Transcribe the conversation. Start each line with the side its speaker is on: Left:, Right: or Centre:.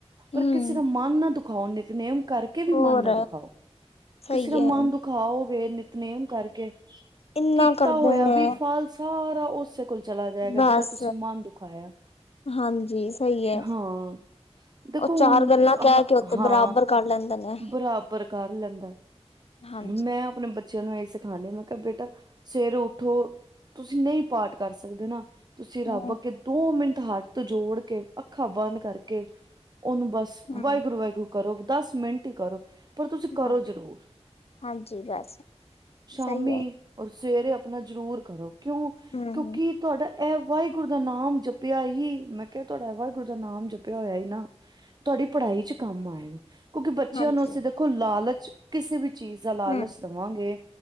Right: ਪਰ
Left: ਹਮ
Right: ਕਿਸੇ ਦਾ ਮਨ ਨਾ ਦੁਖਾਓ ਨਿਤਨੇਮ ਕਰ ਕੇ ਵੀ
Left: ਹੋਰ
Right: ਮਨ ਨਾ ਦੁਖਾਓ,
Left: ਸਹੀ
Right: ਕਿਸੇ ਦਾ ਮਨ
Left: ਹੈ
Right: ਦੁਖਾਓਗੇ ਨਿਤਨੇਮ ਕਰਕੇ
Left: ਇੰਨਾ
Right: ਕੀਤਾ
Left: ਕਰਦੇ
Right: ਹੋਇਆ
Left: ਨੇ
Right: ਵੀ ਫਲ ਸਾਰਾ ਓਸ ਕੋਲ ਚਲਾ ਜਾਏਗਾ
Left: ਬਸ
Right: ਜਿਹਦਾ ਤੁਸੀਂ ਮਨ ਦੁਖਾਇਆ,
Left: ਹਾਂਜੀ ਸਹੀ ਹੈ
Right: ਹਾਂ। ਦੇਖੋ
Left: ਉਹ ਚਾਰ
Right: ਹੁਨ
Left: ਗੱਲਾਂ ਕਹਿ
Right: ਹ
Left: ਕੇ ਉੱਥੇ
Right: ਹਾਂ,
Left: ਬਰਾਬਰ ਕਰ ਲੈਂਦੇ ਨੇ
Right: ਬਰਾਬਰ ਕਰ ਲੈਂਦਾ।
Left: ਹਾਂ
Right: ਮੈਂ ਆਪਣੇ ਬੱਚਿਆਂ ਨੂੰ ਐਈ ਸਿਖਾਨੀ ਮੈਂ ਕਿਹਾ ਬੇਟਾ ਸਵੇਰੇ ਉੱਠੋ, ਤੁਸੀਂ ਨਹੀਂ ਪਾਠ ਕਰ ਸਕਦੇ ਨਾ ਤੁਸੀਂ ਰੱਬ
Left: ਹਮ
Right: ਅੱਗੇ ਦੋ ਮਿੰਟ ਹੱਥ ਜੋੜ ਕੇ, ਅੱਖਾਂ ਬੰਦ ਕਰਕੇ ਉਹਨੂੰ ਬਸ
Left: ਹਮ
Right: ਵਾਹਿਗੁਰੂ-ਵਾਹਿਗੁਰੂ ਕਰੋ, ਦਸ ਮਿੰਟ ਹੀ ਕਰੋ। ਪਰ ਤੁਸੀਂ ਕਰੋ
Left: ਹਾਂ
Right: ਜ਼ਰੂਰ,
Left: ਹਾਂਜੀ ਬਸ
Right: ਸ਼ਾਮੀ
Left: ਸਹੀ ਹੈ
Right: ਔਰ ਸਵੇਰੇ ਅਪਨਾ ਜ਼ਰੂਰ ਕਰੋ, ਕਿਉਂ?
Left: ਹਮ ਹਮ
Right: ਕਿਉਂਕਿ ਤੁਹਾਡਾ ਇਹ ਵਾਹਿਗੁਰੂ ਦਾ ਨਾਮ ਜਪਿਆ ਹੀ, ਮੈਂ ਕਿਹਾ ਤੁਹਾਡਾ ਵਾਹਿਗੁਰੂ ਦਾ ਨਾਮ ਜਪ ਪਿਆ ਹੋਇਆ ਹੀ ਨਾ, ਤੁਹਾਡੀ ਪੜ੍ਹਾਈ ਚ ਕੰਮ ਆਏਗਾ ਕਿਉਂਕਿ ਬੱਚਿਆਂ
Left: ਹਾਂਜੀ
Right: ਨੂੰ ਅਸੀਂ ਦੇਖੋ ਲਾਲਚ ਕਿਸੇ ਵੀ ਚੀਜ਼ ਦਾ ਲਾਲਚ
Left: ਹਮ
Right: ਦਵਾਂਗੇ,